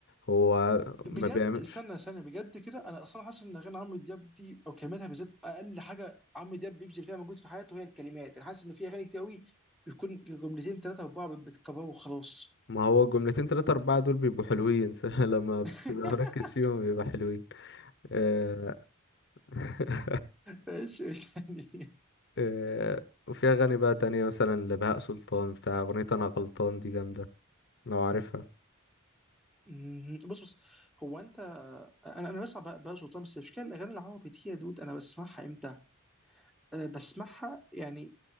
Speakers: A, on the left (about 55°); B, in the centre.
A: هو ما
B: بجد
A: بيعملش
B: استنى استنى بجد كده انا اصلا حاسس ان اغاني عمرو دياب دي او كلماتها بالذات اقل حاجه عمرو دياب بيبذل فيها مجهود في حياته هي الكلمات انا حاسس ان في اغاني كتير قوي بيكون جملتين ثلاثه اربعه بتكبروا وخلاص
A: ما هو جملتين تلاتة أربعة دول بيبقوا حلوين <laughs> لما بتبقى
B: <laughs>
A: مركز فيهم بيبقى حلوين آه، <laughs>
B: ماشي يعني
A: آه، وفي أغاني بقى تانية مثلا لبهاء سلطان بتاع أغنية أنا غلطان دي جامدة لو عارفها
B: مم. بص بص هو انت انا انا بسمع بقى بقى سلطان بس مش كده الاغاني العربي دي يا دود انا بسمعها امتى أه بسمعها يعني